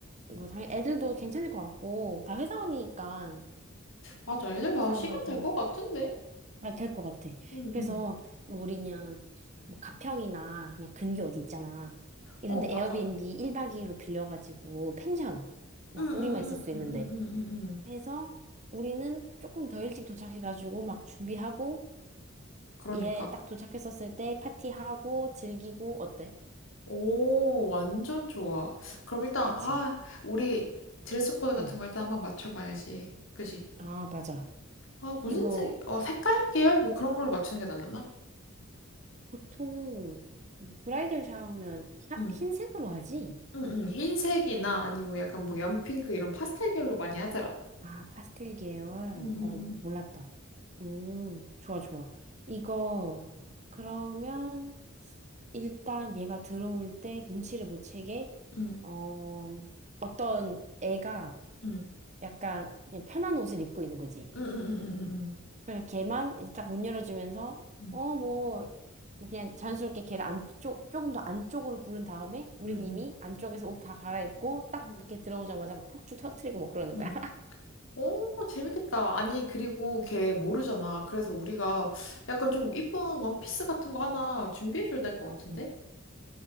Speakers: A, on the right; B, on the left.
A: 뭐 당연히 애들도 괜찮을 것 같고 다 회사원이니까
B: 맞아. 애들 다
A: 회사
B: 시간
A: 안 가고
B: 될 것 같은데?
A: 아, 될것 같아.
B: 응,
A: 그래서
B: 응.
A: 뭐 우리 그냥 뭐 가평이나 그냥 근교 어디 있잖아. 이런데
B: 어,
A: 에어비앤비
B: 맞아.
A: 1박 2일로 빌려가지고 펜션 막
B: 응, 응,
A: 우리만
B: 응,
A: 있을 수 있는데
B: 응, 응, 응, 응. 응.
A: 해서 우리는 조금 더 일찍 도착해가지고 막 준비하고
B: 그러니까.
A: 얘 딱 도착했었을 때 파티하고 즐기고 어때?
B: 오, 완전 좋아. 그럼 일단,
A: 그치?
B: 아, 우리 드레스 코드 같은
A: 응.
B: 걸 일단 한번 맞춰봐야지. 그지?
A: 아, 맞아.
B: 아, 무슨
A: 이거
B: 색, 어, 색깔 계열? 뭐 그런 걸로 맞추는 게 낫려나?
A: 보통 브라이덜 샤워면 하-
B: 응.
A: 흰색으로 하지?
B: 응, 응. 흰색이나 아니면 약간 뭐 연핑크 이런 파스텔 계열로 많이 하더라.
A: 아, 파스텔 계열.
B: 응, 응,
A: 어,
B: 응.
A: 몰랐다. 오 좋아, 좋아. 이거, 그러면, 일단 얘가 들어올 때 눈치를 못 채게,
B: 응,
A: 어, 어떤 애가
B: 응.
A: 약간 그냥 편한 옷을 입고 있는 거지.
B: 응, 응, 응, 응, 응.
A: 그래서 걔만 이제 딱 문 열어주면서,
B: 응,
A: 어, 뭐, 뭐 그냥 자연스럽게 걔를 안쪽, 조금 더 안쪽으로 부른 다음에, 우린
B: 응, 응.
A: 이미 안쪽에서 옷 다 갈아입고, 딱
B: 응.
A: 이렇게 들어오자마자 막 폭죽 터트리고 뭐 그러는
B: 응.
A: 거야.
B: 오, 재밌겠다. 아니, 그리고 걔 모르잖아. 그래서 우리가 약간 좀 이쁜 원피스 같은 거 하나 준비해줘야 될 것 같은데?